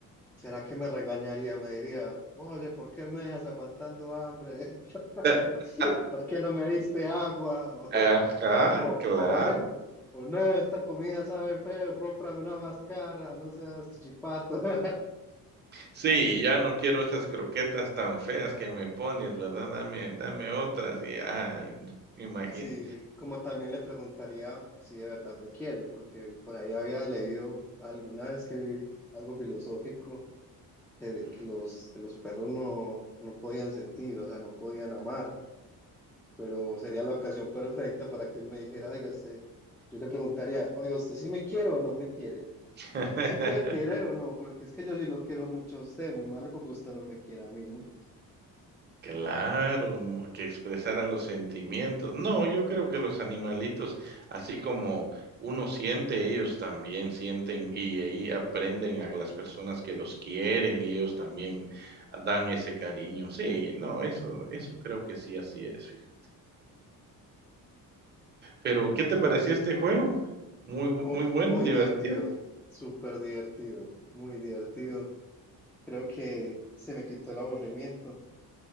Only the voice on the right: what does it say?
<laughs>
Ajá,
claro.
Sí, ya no quiero esas croquetas tan feas que me pones, ¿verdad? Dame dame otras y, ay, no, imagina.
Ujú.
<laughs>
Claro, mm, que expresara los sentimientos. No, yo creo que los animalitos, así como uno siente, ellos también sienten y, y aprenden a las personas que los quieren y ellos también dan ese cariño. Sí, no, eso, eso creo que sí, así es, fíjate. Pero, ¿qué te pareció este juego? Muy, bu-
muy bueno,
divertido.